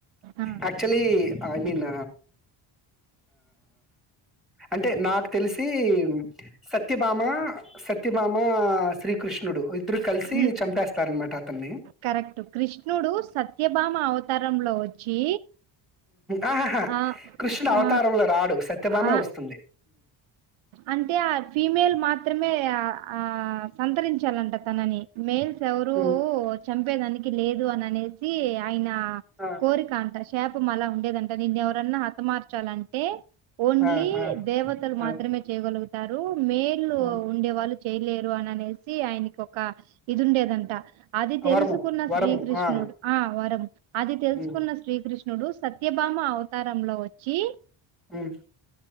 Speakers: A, on the right; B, in the centre.
A: ఆ
B: యాక్చులీ ఐ మీన్ అంటే నాకు తెలిసి సత్యభామ సత్యభామ శ్రీకృష్ణుడు ఇద్దరు కలిసి
A: ఉమ్,
B: చంపేస్తార అనమాట అతన్ని
A: కరెక్ట్ కృష్ణుడు సత్యభామ అవతారంలో వచ్చి
B: ఆహాహా
A: ఆ
B: కృష్ణుడు అవతారంలో
A: ఆ
B: రాడు సత్యభామ
A: ఆ
B: వస్తుంది
A: అంటే ఆ ఫీమేల్ మాత్రమే ఆ సంతరించాలంట తనని మేల్స్ ఎవరు
B: ఉమ్
A: చంపేదానికి లేదు అని అనేసి ఆయన
B: ఆ
A: కోరిక అంట శాప మలా ఉండేదంటా నిన్న ఎవర హత మ ాలంటే ఓన్లీ
B: ఆ ఆ
A: దేవతలు
B: ఆ,
A: మాత్రమే చేయగలుగుతారు మేలు
B: ఆ.
A: ఉండే వాళ్ళు చేయలేరు అని అనేసి ఆయనకి ఒక ఇది ఉండేదంట అది తెలుసుకున్న
B: వరము వరము
A: శ్రీకృష్ణుడు
B: ఆ
A: ఆ వరం అది తెలుసుకున్న
B: ఉమ్
A: శ్రీకృష్ణుడు సత్య బామ అవతారంలో వచ్చి
B: ఉమ్